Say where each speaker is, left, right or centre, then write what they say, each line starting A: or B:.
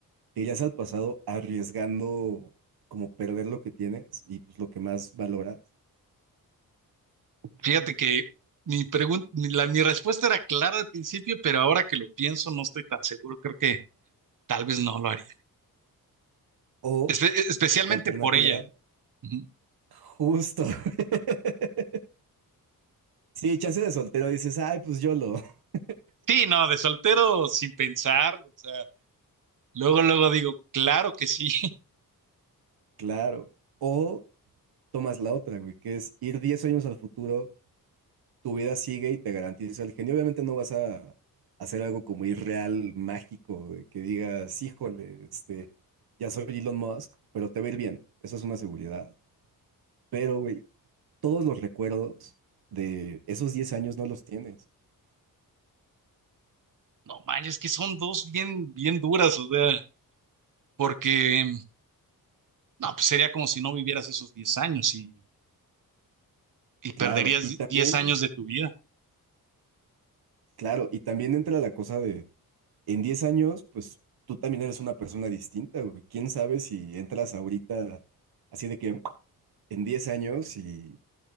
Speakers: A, on the right (about 75°); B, on the right (about 55°).
A: ¿Te irías al pasado arriesgando como perder lo que tienes y pues lo que más valoras?
B: Fíjate que mi pregunta, mi, la- mi respuesta era clara al principio, pero ahora que lo pienso no estoy tan seguro. Creo que tal vez no lo haría.
A: O
B: Espe- especialmente
A: la alternativa,
B: por ella. Ujú.
A: justo. <laughs> Sí, chance de soltero dices, ay, pues yo lo. <laughs>
B: Sí, no, de soltero sin pensar, o sea, luego, luego digo, claro que sí.
A: Claro. O tomas la otra, güey, que es ir 10 años al futuro tu vida sigue y te garantiza el genio. Obviamente no vas a hacer algo como irreal, mágico, de que digas, híjole, este, ya soy Elon Musk, pero te va a ir bien. Eso es una seguridad. Pero, güey, todos los recuerdos de esos 10 años no los tienes.
B: No manches, que son dos bien, bien duras, o sea, porque no, pues sería como si no vivieras esos diez años y, y perderías
A: Claro, y
B: di-
A: también,
B: 10 años de tu vida.
A: claro, y también entra la cosa de, en 10 años, pues tú también eres una persona distinta, güey. ¿Quién sabe si entras ahorita así de que en 10 años y